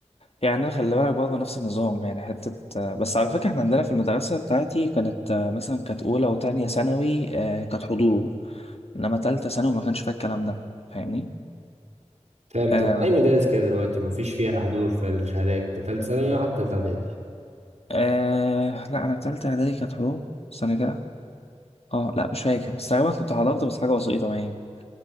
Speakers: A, on the left; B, on the right.
A: يعني انا خلي بالك برضه نفس النظام يعني حتة آه، بس على فكرة احنا عندنا في المدرسة بتاعتي كانت آه، مثلا كانت اولى وتانية ثانوي آه، كانت حضور انما تالتة ثانوي ما كانش فيها الكلام ده فاهمني
B: فاهم
A: آه،
B: طب أي مدارس كده دلوقتي مفيش فيها حضور في الشهادات تالتة ثانوي ولا حتى تالتة إعدادي
A: آه لا انا تالتة اعدادي كانت حضور استنى كده اه لا مش فاكر بس تقريبا كنت حضرت بس حاجة بسيطة يعني